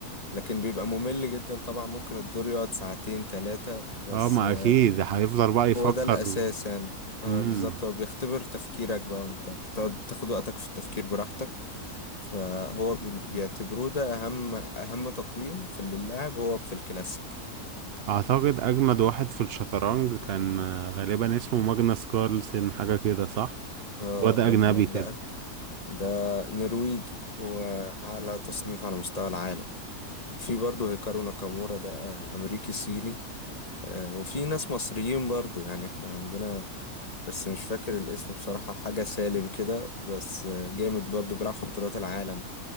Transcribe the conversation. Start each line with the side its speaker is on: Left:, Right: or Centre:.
Left: لكن بيبقى ممل جدا طبعا ممكن الدور يقعد ساعتين ثلاثة بس
Right: اه ما
Left: آه،
Right: أكيد هيفضل بقى يفكر
Left: هو ده الأساس يعني آه،
Right: امم
Left: بالظبط هو بيختبر تفكيرك بقى وانت بتقعد تاخد وقتك في التفكير براحتك فهو بن- بيعتبروه ده أهم أهم تقييم في اللي اللاعب هو في الكلاسيك
Right: أعتقد أجمد واحد في الشطرنج كان آه، غالبا اسمه ماجنس كارلسن حاجة كده صح
Left: اه
Right: واد أجنبي
Left: أجمد
Right: كده
Left: ده ده نرويجي وأعلى تصنيف على مستوى العالم في برضه هيكارو ناكامورا ده آه، أمريكي صيني آه، وفي ناس مصريين برضو يعني احنا عندنا بس مش فاكر الاسم بصراحة حاجة سالم كده بس آه، جامد برضو بيلعب في بطولات العالم